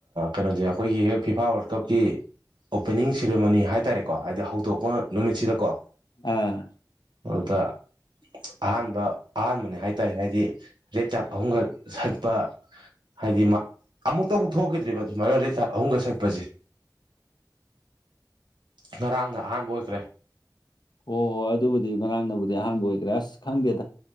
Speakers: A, on the right; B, on the left.
A: ꯀꯩꯅꯣꯁꯦ ꯑꯩꯈꯣꯏꯒꯤ ꯍꯦꯛ ꯐꯤꯐꯥ ꯋꯥꯔꯜ ꯀꯞꯀꯤ ꯑꯣꯄꯅꯤꯡ ꯁꯦꯔꯦꯃꯣꯅꯤ ꯍꯥꯏꯇꯥꯔꯦꯀꯣ ꯍꯥꯏꯗꯤ ꯍꯧꯗꯣꯛꯄ ꯅꯨꯃꯤꯠꯁꯤꯗꯀꯣ
B: ꯑꯥ
A: ꯑꯗ ꯑꯍꯥꯟꯕ ꯑꯍꯥꯟꯕꯅꯦ ꯍꯥꯏꯇꯥꯑꯦ ꯍꯥꯏ ꯒꯤ ꯔꯦꯠ ꯆꯥꯔꯠ ꯑꯍꯨꯝꯒ ꯁꯠꯄ ꯍꯥꯏꯗꯤ ꯃꯥ ꯑꯃꯨꯛꯇꯕꯨ ꯊꯣꯛꯈꯤꯗ꯭ꯔꯤꯕ ꯑꯗꯨꯃꯥꯏꯅ ꯔꯦꯠ ꯆꯥꯔꯠ ꯑꯍꯨꯝꯒ ꯁꯠꯄꯁꯦ ꯉꯔꯥꯡꯅ ꯑꯍꯥꯟꯕ ꯑꯣꯏꯈ꯭ꯔꯦ
B: ꯑꯣ ꯍꯣꯏ ꯑꯗꯨꯕꯨꯗꯤ ꯉꯔꯥꯡꯅꯕꯨꯗꯤ ꯑꯍꯥꯟꯕ ꯑꯣꯏꯈ꯭ꯔꯦ ꯑꯁ ꯈꯪꯗꯦꯗ